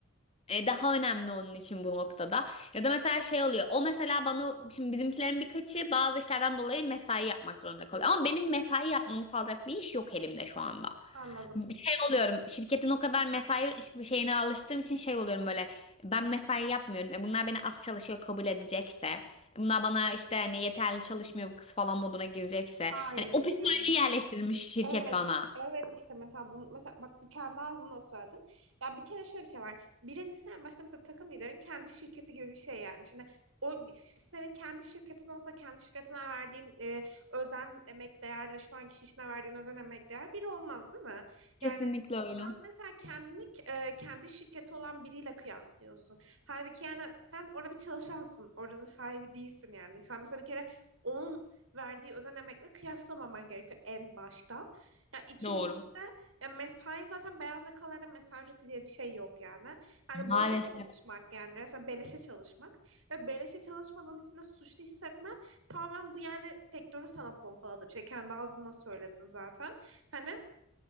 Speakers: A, on the left; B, on the right.
A: E, daha önemli onun için bu noktada. Ya da mesela şey oluyor. O mesela bana şimdi bizimkilerin birkaçı bazı işlerden dolayı mesai yapmak zorunda kalıyor. Ama benim mesai yapmamı sağlayacak bir iş yok elimde şu anda.
B: Anladım.
A: Bir Şey oluyorum. Şirketin o kadar mesai şeyine alıştığım için şey oluyorum böyle. Ben mesai yapmıyorum. E bunlar beni az çalışıyor kabul edecekse. e Bunlar bana işte hani yeterli çalışmıyor bu kız falan moduna girecekse.
B: Hayır
A: Hani
B: işte.
A: o psikolojiyi
B: hani
A: yerleştirmiş şirket
B: Evet.
A: bana.
B: Evet işte mesela bunu mesela bak bu kendi ağzında söyledin. Ya bir kere şöyle bir şey var. Birincisi en başta mesela takım liderin kendi şirketi gibi bir şey yani. Şimdi o işte senin kendi şirketin olsa kendi şirketine verdiğin e, özen emek değerle şu anki işine verdiğin özen emek değer bir olmaz değil mi?
A: Kesinlikle
B: Yani sen
A: öyle.
B: mesela kendini e, kendi şirketi olan biriyle kıyaslıyorsun. Halbuki yani sen orada bir çalışansın. Oranın sahibi değilsin yani. Sen mesela bir kere onun verdiği özen emekle kıyaslamaman gerekiyor en başta. Ya ikincisi
A: Doğru.
B: de ya mesai zaten beyaz yakalarda mesai ücreti diye bir şey yok yani. Hani
A: Maalesef.
B: boşa çalışmak yani resmen beleşe çalışmak ve beleşe çalışmadığın için de suçlu hissetmen tamamen bu yani sektörün sana pompaladığı bir şey. Kendi ağzından söyledin zaten. Hani